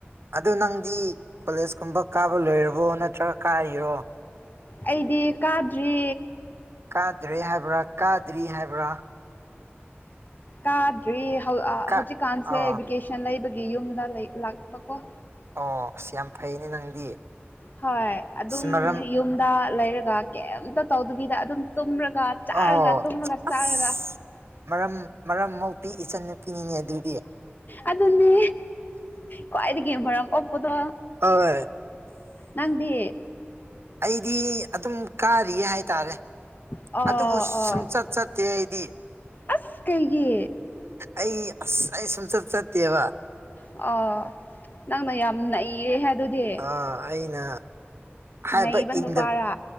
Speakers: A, on the right; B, on the left.
A: ꯑꯗꯨ ꯅꯪꯗꯤ ꯀꯣꯂꯦꯖ ꯀꯨꯝꯕ ꯀꯥꯕ ꯂꯣꯏꯔꯕꯣ ꯅꯠꯇ꯭ꯔꯒ ꯀꯥꯔꯤꯔꯣ
B: ꯑꯩꯗꯤ ꯀꯥꯗ꯭ꯔꯤ
A: ꯀꯥꯗ꯭ꯔꯦ ꯍꯥꯏꯕ꯭ꯔꯥ ꯀꯥꯗ꯭ꯔꯤ ꯍꯥꯏꯕ꯭ꯔꯥ
B: ꯀꯥꯗ꯭ꯔꯤ ꯍꯧꯖꯤꯛ
A: ꯀꯥ
B: ꯀꯥꯟꯁꯦ
A: ꯑꯣ
B: ꯚꯦꯀꯦꯁꯟ ꯂꯩꯕꯒꯤ ꯌꯨꯝꯗ ꯂꯥꯛꯄꯀꯣ
A: ꯑꯣ ꯑꯁ ꯌꯥꯝ ꯐꯩꯅꯦ ꯅꯪꯗꯤ
B: ꯍꯣꯏ ꯑꯗꯨꯝ
A: ꯑꯁ ꯃꯔꯝ
B: ꯌꯨꯝꯗ ꯂꯩꯔꯒ ꯀꯩꯝꯇ ꯇꯧꯗꯕꯤꯗ ꯑꯗꯨꯝ ꯇꯨꯝꯔꯒ ꯆꯥꯔꯒ
A: ꯑꯣ
B: ꯇꯨꯝꯔꯒ
A: ꯑꯁ
B: ꯆꯥꯔꯒ
A: ꯃꯔꯝ ꯃꯔꯝ ꯃꯣꯛꯄꯤ ꯏꯆꯟ ꯅꯨꯄꯤꯅꯤꯅꯦ ꯑꯗꯨꯗꯤ
B: ꯑꯗꯨꯅꯦ ꯈ꯭ꯋꯥꯏꯗꯒꯤ ꯃꯔꯝ ꯑꯣꯛꯄꯗꯣ
A: ꯑꯣꯏ
B: ꯅꯪꯗꯤ
A: ꯑꯩꯗꯤ ꯑꯗꯨꯝ ꯀꯥꯔꯤꯌꯦ ꯍꯥꯏꯇꯥꯔꯦ
B: ꯑ
A: ꯑꯗꯨꯕꯨ
B: ꯑ
A: ꯁꯨꯡ ꯆꯠ ꯆꯠꯇꯦ ꯑꯩꯗꯤ
B: ꯑꯁ ꯀꯩꯒꯤ
A: ꯑꯩ ꯑꯁ ꯑꯩ ꯁꯨꯡꯆꯠ ꯆꯠꯇꯦꯕ
B: ꯑꯣ ꯅꯪꯅ ꯌꯥꯝ ꯅꯩꯌꯦ ꯍꯦ ꯑꯗꯨꯗꯤ
A: ꯑꯥ ꯑꯩꯅ ꯍꯥꯏꯕ
B: ꯅꯩꯕ
A: ꯏꯟꯗꯕ
B: ꯅꯨꯄꯥꯔꯥ